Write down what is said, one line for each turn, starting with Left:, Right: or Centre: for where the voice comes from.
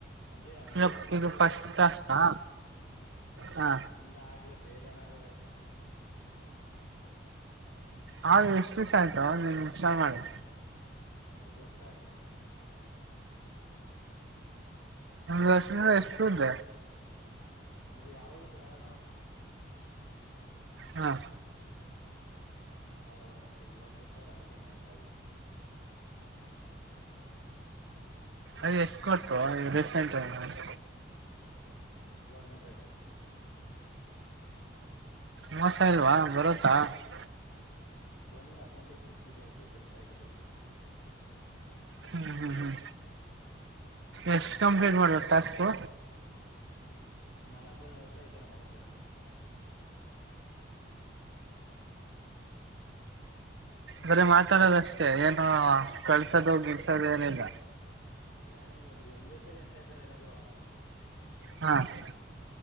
Left: ಹಗೆ ಹಂಗೆ
Right: ಇದು
Left: ಇಕೊಂಡಿರು
Right: ಇದು ಫಸ್ಟ್ ಟಾಸ್ಕಾ
Left: ಹ್ಮ್
Right: ಹಾ
Left: ನಾ ಎಂದ ಆಗ್ಲೆ ಬೇಜಾರ ಆಗವೇ
Right: ಹ ಎಷ್ಟು ದಿವ್ ಆಯ್ತು ನೀನ್ ಚ ಮಾಡಿ
Left: ಒಂದಂದು ವರ್ಷ ಆಯ್ತು
Right: ನಸ ಎಷ್ಟು್ದ
Left: ಅಂದ್ರೆ ಯಾವಾಗಲೂ ಕೊಡಲಕಣೋ
Right: ಹಾ
Left: ಅವಾಗವಾಗ ಅಷ್ಟೇ ಇವಾಗ ಕೊಟ್ಟ ಅವರು ಅದಕ್ಕೆ ಮಾಡ್ತಾ ಇದೀನಿ
Right: ಅದ ಎಷ್ಟು ಕೊಟ್ಟು ರೇಸೆಂಟ್ <unintelligible>
Left: ಫೋರ್ಹಂಡ್ರೆಡ್ <unintelligible>
Right: ಮೋಸ ಇಲ್ವಾ ಬರತ್ತಾ <unintelligible>
Left: ಬಂದ್ ಅಕೌಂಟಿಗೆ ಬಿದ್ದಿದ್ದಾಯ್ತು ಖರ್ಚಾಗಿದ್ದಾಯ್ತು
Right: ಹ್ಮ್ ಹ್ಮ್ ಹ್ಮ್ ಎಷ್ಟು ಕಂಪ್ಲೀಂಟ್ ಮಾಡಬೇಕು ಟಾಸ್ಕು
Left: ನಾಲ್ಕು ಜನ ಹತ್ರ ಈ ತರ ಮಾತಾಡ್ಬೇಕು
Right: ಬರ ಮಾತಾಡದಷ್ಟೇ ಏನ ಕಳ್ಸೋದು ಗಿಲ್ಸೋದು ಏನಿಲ್ಲ
Left: ನ್ ಇದು ಒಂದೇ ಸರಿ ಅಷ್ಟೇ ತರ ಇರೋದು
Right: ಹಾ <unintelligible>